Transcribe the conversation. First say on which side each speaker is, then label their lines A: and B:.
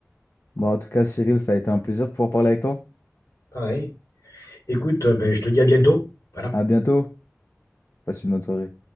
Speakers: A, on the left; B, on the left.
A: Bon, en tout cas, Cyril, ça a été un plaisir de pouvoir parler avec toi.
B: Pareil. Écoute, euh, ben, je te dis à bientôt. Voilà.
A: À bientôt. Passe une bonne soirée.